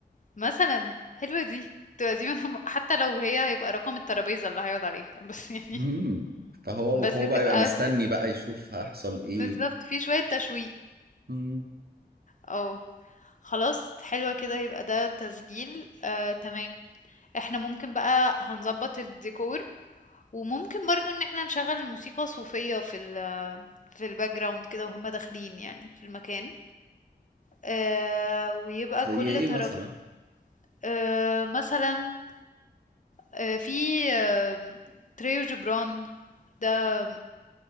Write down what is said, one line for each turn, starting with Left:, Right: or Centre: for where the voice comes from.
Left: مثلا حلوة دي تبقى دي من- حتى لو هي هيبقى رقم الترابيزة اللي هيقعد عليها <laughs> بس يعني
Right: مم. فهو
Left: بس
Right: هو
Left: تبقى
Right: بقى يبقى مستني
Left: ت-
Right: بقى يشوف هيحصل
Left: بالظبط
Right: ايه
Left: في شوية تشويق
Right: مم.
Left: اه خلاص حلوة كده يبقى ده تسجيل آه تمام احنا ممكن بقى هنظبط الديكور وممكن برضو ان احنا نشغل الموسيقى صوفية في ال في الباك جراوند كده وهم داخلين يعني في المكان آه ويبقى
Right: زي
Left: كل
Right: ايه
Left: ترابيزة
Right: مثلا
Left: آه مثلا آه، في آه، تريو جبران ده